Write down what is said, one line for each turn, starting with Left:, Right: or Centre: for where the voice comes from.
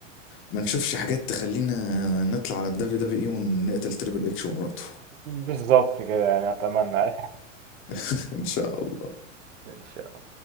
Left: ما نشوفش حاجات تخلينا نطلع على الدبليو دبليو اي ونقتل تريبل اتش ومراته
Right: بالظبط كده يعني اتمنى <laughs>
Left: <laughs> ان شاء الله
Right: ان